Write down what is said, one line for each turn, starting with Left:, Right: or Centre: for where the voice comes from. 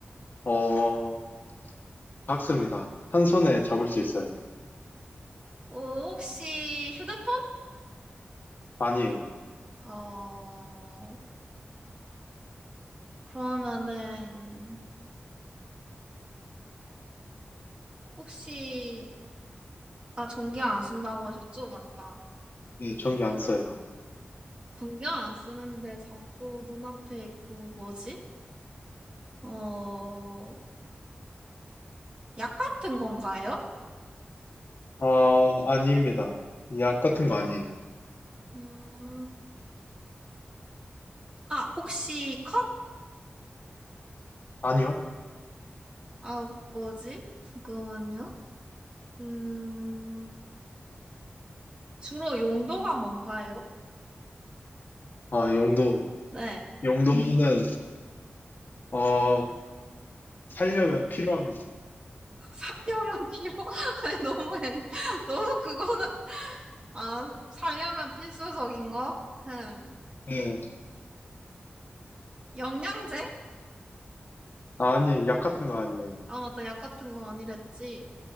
Left: 어, 작습니다. 한 손에 잡을 수 있어요.
Right: 어, 혹시 휴대폰?
Left: 아니에요.
Right: 어, 그러면은, 혹시, 아, 전기 안 쓴다고 하셨죠? 맞다.
Left: 네, 전기 안 써요.
Right: 전기 안 쓰는데 자꾸 눈앞에 있고, 뭐지? 어, 약 같은 건가요?
Left: 아, 아닙니다. 약 같은 거 아니에요.
Right: 음, 아, 혹시 컵?
Left: 아니요.
Right: 아, 뭐지? 잠깐만요. 음, 주로 용도가 뭔가요?
Left: 아, 용도.
Right: 네.
Left: 용도는, 어, 살려면 필요합니다.
Right: 살려면 필요 <laughs> 아니 너무 애- 너무 그거는 아 살려면 필수적인 거? 흠
Left: 네.
Right: 영양제?
Left: 아니, 약 같은 거 아니에요.
Right: 아 맞다 약 같은 거 아니랬지